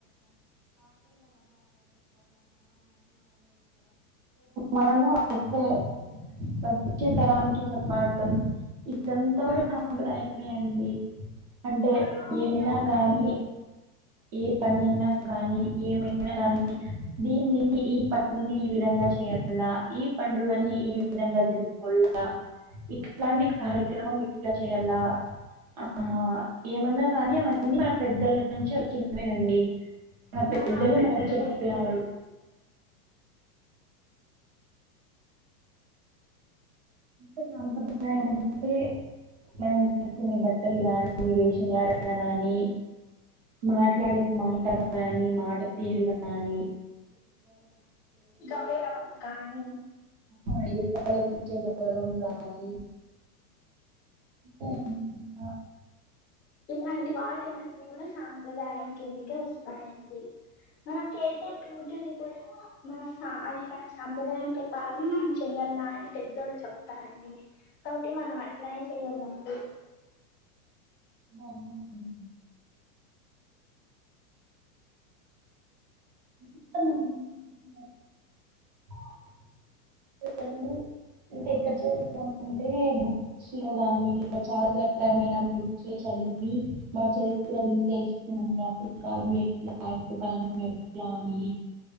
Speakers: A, on the right; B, on the left.
A: మనము వచ్చే వచ్చే తరానికి చెప్పడం ఇదంతా కూడా
B: ఆ,
A: సాంప్రదాయమే అండి అంటే
B: అవునవునండి
A: ఏమైనా గాని ఏ పని అయినా గానీ ఏమైనా గానీ దీన్ని ఈ పని ని ఈ విధంగా చేయ్యా అలా ఈ పండుగని ఈ విధంగా జరుపుకోల ఆ ఇట్లాంటి కార్యక్రమం ఇట్ల చెయ్యాల ఆ ఏమన్నా కానీ అవన్నీ మన పెద్దల నుంచి వచ్చినవే అండి మన పెద్దలు
B: ఆ,
A: మనకు
B: అవునండి
A: చెప్పినారు ఎంత సాంప్రదాయం అంటే మనం వేసుకునే బట్టలు గాని వేషధారణ గాని మాట్లాడే మాటలు గాని మాట తీరు గాని
B: గౌరవం కానీ
A: ఆ ఇది వాళ్ళకి ఇచ్చే గౌరవం కానీ ఉ ఇంక
B: ఇలాంటి వాటినన్ని కూడా సాంప్రదాయం కిందికే వస్తాయండి మనం చేసే పూజని కూడా మన సా అది మన సాంప్రదాయం ప్రకారమే మనం చెయ్యాల్ల అని పెద్దోళ్ళు చెప్తారండి కాబట్టి మనం అట్లనే చెయ్యాలండి
A: ఆవున్ <unintelligible> ఇవన్నీ అంటే ఎక్కడ చూడాలి అంటే బుక్స్ లో గానీ <unintelligible> బుక్స్ లో చదివి మీ మా చరిత్ర గురించి తెలుసుకున్నా అప్పటి కాలంలో ఎట్లా ఐ్య కాలంలో ఎట్లా అని